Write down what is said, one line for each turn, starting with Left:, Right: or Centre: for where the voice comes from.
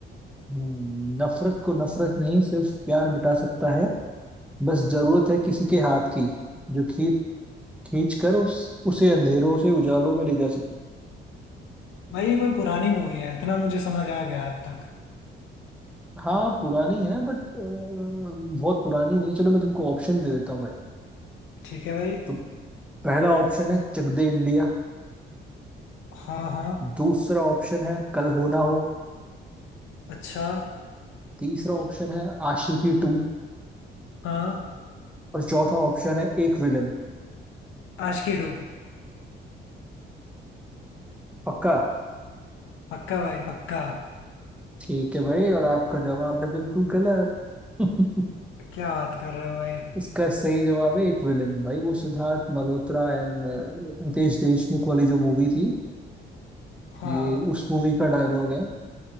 Centre: हम्म, नफरत को नफरत नहीं सिर्फ प्यार मिटा सकता है बस जरूरत है किसी के हाथ की जो खींच खींच कर उस उसे अंधेरों से उजालों में ले जा सके
Left: भाई ये कोई पुरानी मूवी है इतना मुझे समझ आ गया अब तक
Centre: हाँ पुरानी है बट बहुत पुरानी नहीं है। चलो मैं तुमको ऑप्शन दे देता हूँ भाई
Left: ठीक है भाई
Centre: तो पहला ऑप्शन है चक दे इंडिया
Left: हाँ हाँ
Centre: दूसरा ऑप्शन है कल हो ना हो
Left: अच्छा
Centre: तीसरा ऑप्शन है आशिकी टू
Left: हाँ
Centre: और चौथा ऑप्शन है एक विलन
Left: आशिकी टू
Centre: पक्का
Left: पक्का भाई पक्का
Centre: ठीक है भाई और आपका जवाब है बिल्कुल गलत <laughs>
Left: क्या बात कर रहे हो भाई
Centre: इसका सही जवाब है एक विलन भाई वो सिद्धार्थ मल्होत्रा एंड नितेश देशमुख वाली जो मूवी थी
Left: हाँ
Centre: ये उस मूवी का डायलॉग है